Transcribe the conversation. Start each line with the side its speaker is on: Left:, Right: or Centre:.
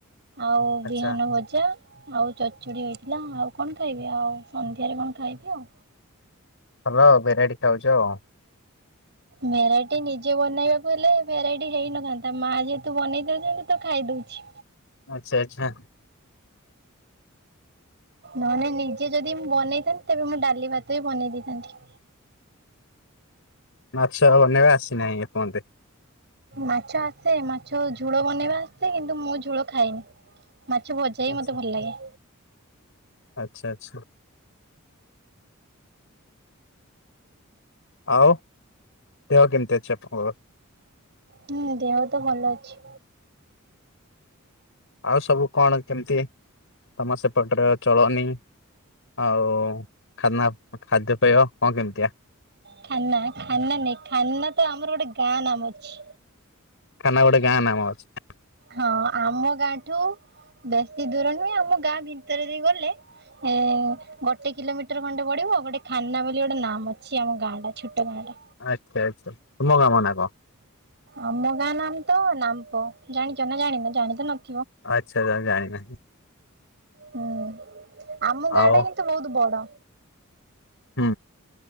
Right: ଆଉ
Left: ଆଚ୍ଛା
Right: ବିହନ ଭଜା। ଆଉ ଚଡ଼ଚୁଡି ହେଇଥିଲା ଆଉ କଣ ଖାଇବି ଆଉ ସନ୍ଧ୍ୟାରେ କଣ ଖାଇବି ଆଉ।
Left: ର ଭେରାଇଟି ଖାଉଛ।
Right: ଭେରାଇଟି ନିଜେ ବନେଇବାକୁ ହେଲେ ଭେରାଇଟି ହେଇନଥାନ୍ତା ମା ଯେହେତୁ ବନେଇ ଦଉଛନ୍ତି ତ ଖାଇ ଦଉଛି
Left: ଆଚ୍ଛା ଆଚ୍ଛା।
Right: ନହେଲେ ନିଜେ ଯଦି ମୁଁ ବନେଇଥାନ୍ତି ତେବେ ମୁଁ ଡାଲି ଭାତ ହିଁ ବନେଇ ଦେଇଥାନ୍ତି।
Left: ମାଛ ବନେଇବା ଆସିନାହିଁ ଏପନ୍ତେ
Right: ମାଛ ଆସେ ମାଛ ଝୋଳ ବନେଇବା ଆସେ କିନ୍ତୁ ମୁଁ ଝୋଳ ଖାଇନି ମାଛ ଭଜା ହିଁ
Left: ଆଚ୍ଛା
Right: ମତେ ଭଲ ଲାଗେ।
Left: ଆଚ୍ଛା ଆଚ୍ଛା। ଆଉ ଦେହ କେମିତି ଅଛି ଆପଣଙ୍କର?
Right: ହୁଁ ଦେହ ତ ଭଲ ଅଛି।
Left: ଆଉ ସବୁ କଣ କେମିତି ତମର ସେପଟରେ ଚଳନି। ଆଉ ଖାନା ଖାଦ୍ୟପୟ କଣ କେମିତିଆ?
Right: ଖାନା ଖାନା ନାଇ ଖାନା ତ ଆମର ଗୋଟେ ଗାଁ ନାମ ଅଛି।
Left: ଖାନା ଗୋଟେ ଗାଁ ନାମ ଅଛି।
Right: ହଁ ଆମ ଗାଁ ଠୁ ବେଶୀ ଦୂର ନୁହେଁ ଆମ ଗାଁ ଭିତରେ ଦେଇ ଗଲେ ଏ ଗୋଟେ କିଲୋମିଟର ଖଣ୍ଡେ ପଡିବ। <unintelligible> ଗୋଟେ ଖାନା ବୋଲି ଗୋଟେ ନାମ ଅଛି ଆମ ଗାଁଟା ଛୋଟ ଗାଁଟା
Left: ଆଚ୍ଛା ଆଚ୍ଛା ତୁମ ଗାମ ନା କଣ?
Right: ଆମ ଗାଁ ନାମ ତ ନାମ୍ପ ଜାଣିଛ ନା ଜାଣିନ ଜାଣିତ ନଥ
Left: ଆଚ୍ଛା ଜାଣିନାହିଁ।
Right: ହୁଁ। ଆମ ଗାଁ
Left: ଆଉ
Right: ଟା କିନ୍ତୁ ବହୁତ ବଡ
Left: ହୁଁ।